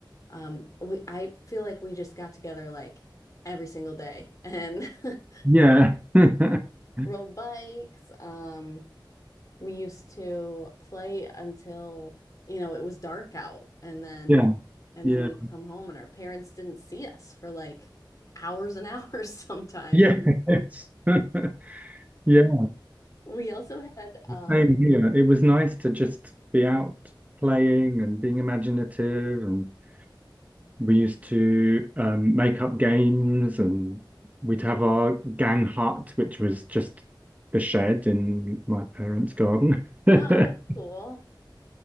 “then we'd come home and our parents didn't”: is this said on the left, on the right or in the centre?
Left